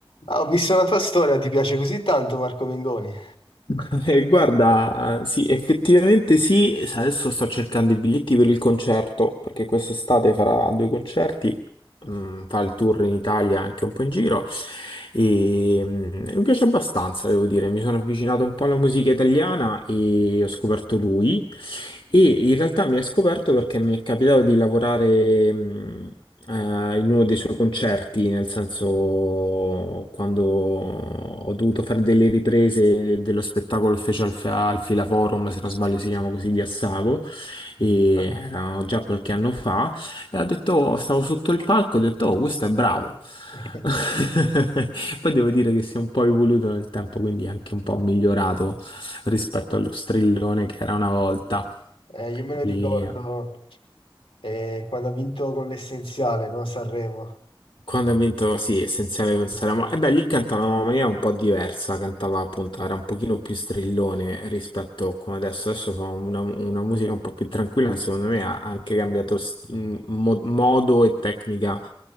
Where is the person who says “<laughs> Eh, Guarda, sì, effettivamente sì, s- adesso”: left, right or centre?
Left